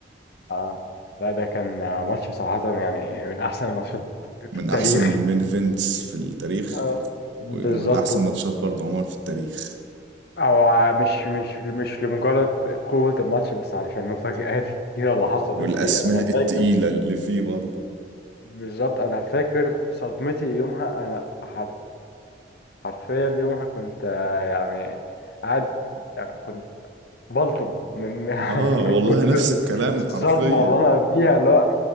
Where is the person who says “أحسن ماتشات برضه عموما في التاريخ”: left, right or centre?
Right